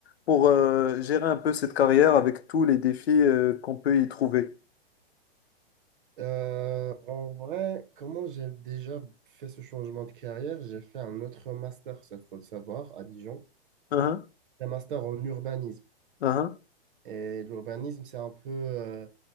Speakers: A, on the left; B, on the right.
A: pour euh, gérer un peu cette carrière avec tous les défis euh, qu'on peut y trouver?
B: Euh, en vrai, comment j'ai déjà fait ce changement de carrière? J'ai fait un autre master, ça faut le savoir, à Dijon,
A: Uhum,
B: un master en urbanisme.
A: uhum,
B: Et l'urbanisme, c'est un peu, euh,